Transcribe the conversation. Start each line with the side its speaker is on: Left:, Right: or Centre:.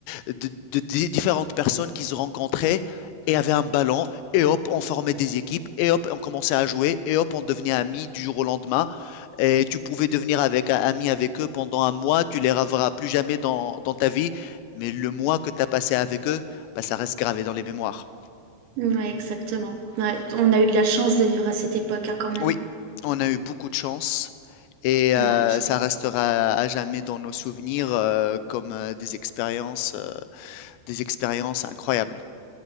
Left: de- des différentes personnes qui se rencontraient et avaient un ballon, et hop, on formait des équipes, et hop, on commençait à jouer, et hop, on devenait amis du jour au lendemain. Et tu pouvais devenir avec, ami avec eux pendant un mois, tu les reverras plus jamais dans, dans ta vie, mais le mois que tu as passé avec eux, bah, ça reste gravé dans les mémoires.
Right: Ouais, exactement. Ouais, on a eu de la chance de vivre à cette époque, hein, quand même.
Left: Oui, on a eu beaucoup de chance et euh,
Right: Ouais,
Left: ça restera à jamais dans nos souvenirs euh, comme euh, des expériences, euh, des expériences incroyables.